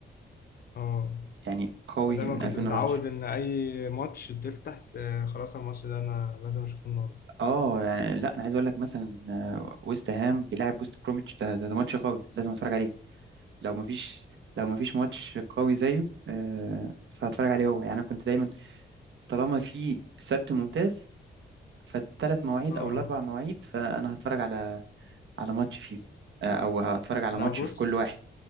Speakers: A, on the left; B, on the right.
A: اه
B: يعني قوي
A: فدايما
B: من
A: كنت
B: 2014
A: متعود ان اي ماتش تفتح ت- خلاص الماتش ده انا لازم اشوفه النهارده
B: اه يعني لا انا عايز اقول لك مثلا آه، ويست هام بيلعب ويست بروميتش ده, ده, ده ماتش قوي لازم اتفرج عليه لو ما فيش لو ما فيش ماتش قوي زيه آه، فهتفرج عليه هو يعني انا كنت دايما طالما في سبت ممتاز فالثلاث مواعيد
A: اه
B: او الاربع مواعيد فانا هتفرج على على ماتش فيهم آه، او هتفرج على
A: انا
B: ماتش
A: بص
B: في كل واحد